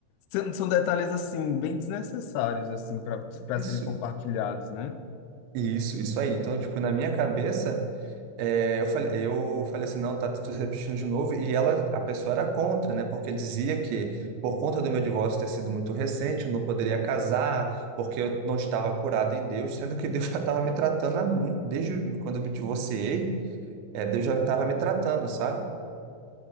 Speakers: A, on the left (about 80°); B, on the right (about 80°).
A: são, são detalhes, assim, bem desnecessários, assim, para para
B: Isso,
A: serem compartilhados, né?
B: isso, isso aí. Então, tipo, na minha cabeça. É, eu falei, eu falei assim, não, tá tudo repetindo de novo. E ela, a pessoa era contra, né? Porque dizia que, por conta do meu divórcio ter sido muito recente, eu não poderia casar, porque eu não estava curado em Deus, sendo que Deus <laughs> já estava me tratando há muito, desde quando eu me divorciei, é, Deus já estava me tratando, sabe?